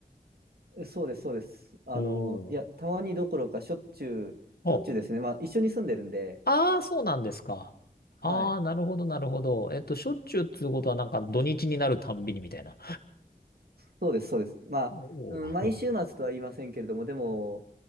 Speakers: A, on the right; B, on the left.
A: えそうです、そうです。あの、
B: <laughs> おー。
A: いや、たまにどころかしょっちゅう、
B: あ
A: しょっちゅうですね。まあ一緒に住んでるんで、
B: ああ、そうなんですか。
A: はい。
B: ああ、なるほど、なるほど。えっと、しょっちゅうっつうことはなんか土日になるたんびにみたいな。
A: そうです、そうです。まあ、
B: おー
A: うん、毎週末とは言いませんけれども、でも、